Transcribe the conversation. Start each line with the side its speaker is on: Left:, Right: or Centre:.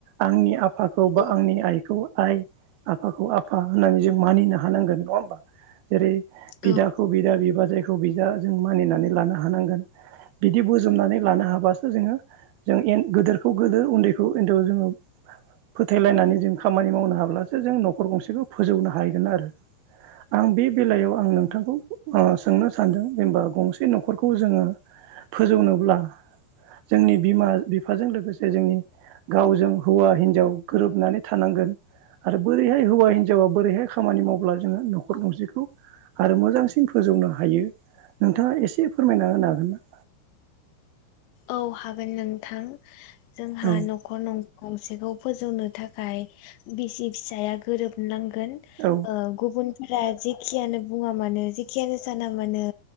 Right: आंनि आफाखौ बा
Left: औ
Right: आंनि आइखौबो आइ आफाखौ आफा होननानै जों मानिनो हानांगोन नङा होमबा जेरै' बिदाखौ
Left: औ
Right: बिदा बिबाजायखौ बिदा जों मानिनानै लानो हानांगोन बिदि बोजोबनानै लानो हाबासो जोङो जों एन गिदोरखौ गोदोर उन्दैखौ उन्दाव जोङो फोथायलायनानै जों खामानि मावनो हाब्लासो जों न'खर गंसेखौ फोजौनो हाहैगोन आरो। आं बे बेलायाव आं नोंथांखौ ओ सोंनो सानदों जेनेबा गंसे न'खरखौ जोङो फोजौनोब्ला जोंनि बिमा बिफाजों लोगोसे जोंनि गावजों हौवा हिनजाव गोरोबनानै थानांगोन आरो बोरैहाय हौवा हिनजावा बोरैहाय खामानि मावब्ला जोङो न'खर गंसेखौ आरो मोजांसिन फोजौनो हायो नोंथाङा एसे फोरमायना होनो हागोन ना?
Left: औ हागोन नोंथां जोंहा
Right: औ
Left: न खर नं गंसेखौ फोजौनो थाखाय बिसि फिसाया गोरोबनांगोन।
Right: औ
Left: ओ गुबुनफोरा जेखियानो बुङा मानो जेखियानो साना मानो